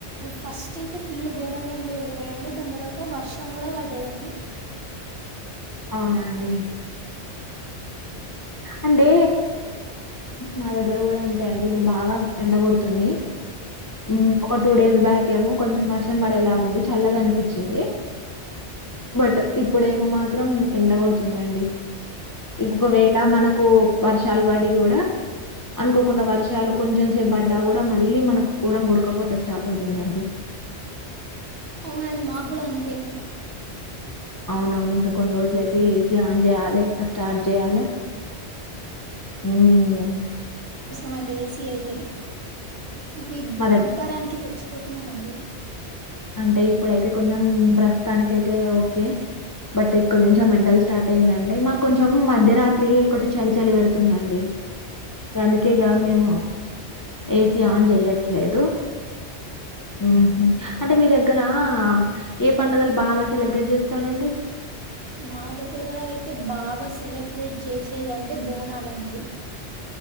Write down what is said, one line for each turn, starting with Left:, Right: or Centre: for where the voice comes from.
Right: ఫస్ట్ అయితే ఫుల్ ఘోరంగా ఎండలు కొట్టాయండి. దాని తర్వాత వర్షం కూడా పడ్డదండి.
Left: అవునా అండి అంటే మా దగ్గర కూడా అంతే అండి ఇప్పుడు బాగా ఎండ కొడుతుంది ఉ ఒక టూ డేస్ బ్యాక్ ఏమో కొంచెం వర్షం పడేలాగుంది చల్లగా అనిపించింది బట్ ఇప్పుడేమో మా త్రం ఎండగొడుతుందండి ఇగ ఒకవేళ మనకు వర్ష్ వర్షాలు పడి కూడా అనుకోకుండా వర్షాలు కొంచెం సేపు పడ్డా కూడా మళ్ళీ మనకు గోరంగా ఉడకపోత స్టార్ట్ అవుతుందండి.
Right: అవునండి మాకు కూడా అంతే <inaudible>
Left: అవున అవును ఇంకా కొన్ని రోజులు అయితే ఏసీ ఆన్ చేయాలి ఇంకా స్టార్ట్ చేయాలే ఊమ్
Right: మండి ఏసీ అయితే ఈ
Left: మా దగ్
Right: ఉబ్బరానికి సచ్చి పోతున్నామండి
Left: అంటే ఇప్పుడైతే కొంచెం ప్రస్తుతానికి అయితే ఓకే బట్ కొంచెం ఎండలు స్టార్ట్ అయిందంటే మాకు కొంచెం మధ్యరాత్రి కొంచెం చలి చలి పెడుతుందండి అందుకేగా మేము ఏసీ ఆన్ చేయ్యట్లేదు హుమ్ అంటే మీ దగ్గర ఏ పండుగలు బాగా సెలబ్రేట్ చేస్తారండి
Right: మా దగ్గర అయితే బాగా సెలబ్రేట్ చేసేదంటే బోనాలండి